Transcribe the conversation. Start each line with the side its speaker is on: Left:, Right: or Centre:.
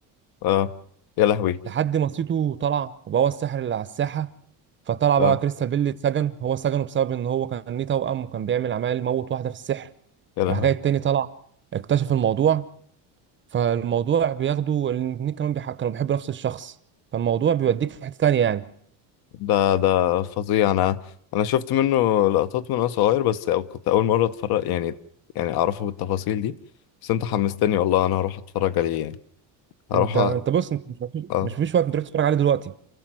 Left: آه. يا لهوي
Right: لحد ما سيتو طلع وبقى هو الساحر اللي على الساحه فطلع
Left: اه
Right: بقى كريستال بيل اتسجن هو سجنه بسبب ان هو كان ليه توأم وكان بيعمل عمال موت واحده في السحر
Left: يا لهوي
Right: راح جاي التاني طلع اكتشف الموضوع فالموضوع بياخده الاتنين كمان بيح- كانوا بيحبوا نفس الشخص فالموضوع بيوديك في حته تانيه يعني
Left: ده ده فظيع انا انا شفت منه لقطات من وانا صغير بس أو كنت اول مره اتفرج يعني يعني اعرفه بالتفاصيل دي بس انت حمستني والله انا هروح اتفرج عليه يعني هروح
Right: انت انت
Left: أ...
Right: بص انت مش مفيش
Left: اه
Right: مش مفيش وقت انت تروح تتفرج عليه دلوقتي